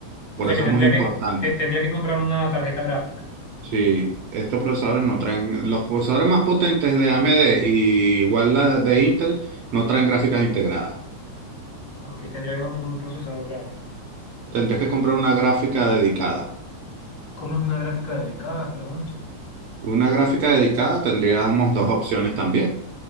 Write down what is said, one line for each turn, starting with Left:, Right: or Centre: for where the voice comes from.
Right: por
Left: O sea
Right: eso
Left: que
Right: es
Left: tendría
Right: muy importante.
Left: que, que tendría que comprar una tarjeta gráfica.
Right: Sí, estos procesadores no traen, los procesadores más potentes de AMD y igual la de Intel no traen gráficas integradas.
Left: Ok, tendría que comprar un procesador gráfico.
Right: Tendrías que comprar una gráfica dedicada.
Left: ¿Cómo es una gráfica dedicada? Pregunto.
Right: Una gráfica dedicada tendríamos dos opciones también.